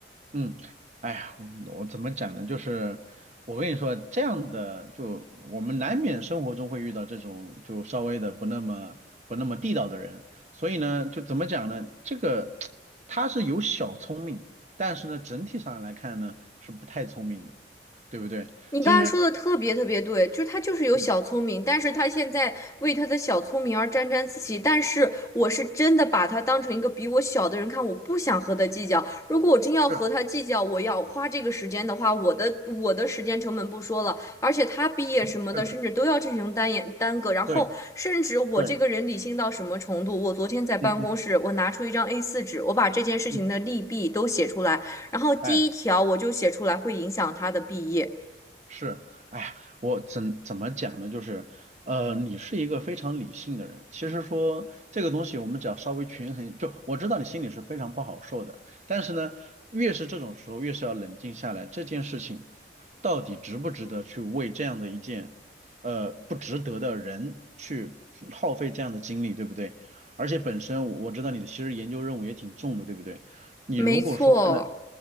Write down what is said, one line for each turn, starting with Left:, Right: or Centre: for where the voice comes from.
Right: 嗯，哎呀，我我怎么讲呢？就是我跟你说，这样的就我们难免生活中会遇到这种就稍微的不那么不那么地道的人，所以呢，就怎么讲呢？这个 <tsk> 他是有小聪明，但是呢，整体上来看呢是不太聪明的，对不对？
Left: 你刚才说的特别特别对，
Right: 其实，
Left: 就是他就是有小聪明，
Right: 嗯，
Left: 但是他现在为他的小聪明而沾沾自喜。但是我是真的把他当成一个比我小的人看，我不想和他计较。如果我真要和他计较，
Right: 是
Left: 我要花这个时间的话，我的我的时间成本不说了，而且他毕业什么的，
Right: 是的，
Left: 甚至都要进行单眼耽搁。然后，
Right: 对
Left: 甚至我这个人理性到什么程度？
Right: 对，
Left: 我昨天在办公室，
Right: 嗯嗯
Left: 我拿出一张 a 四纸，我把这件事情的利弊都写出来，
Right: 嗯，
Left: 然后第一条我就写出来会影响他的毕业。
Right: 哎。是，哎呀，我怎怎么讲呢？就是，呃，你是一个非常理性的人。其实说这个东西，我们只要稍微权衡，就我知道你心里是非常不好受的，但是呢，越是这种时候，越是要冷静下来，这件事情到底值不值得去为这样的一件，呃，不值得的人去耗费这样的精力，对不对？而且本身我我知道你的其实研究任务也挺重的，对不对？你如果说为了
Left: 没错，